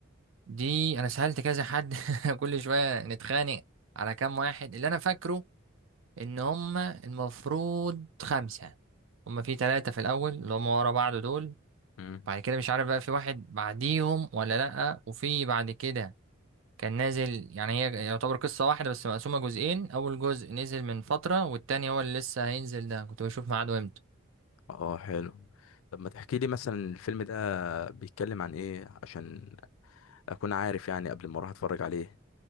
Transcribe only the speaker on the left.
امم
اه حلو طب ما تحكي لي مثلا الفيلم ده بيتكلم عن ايه عشان اكون عارف يعني قبل ما اروح اتفرج عليه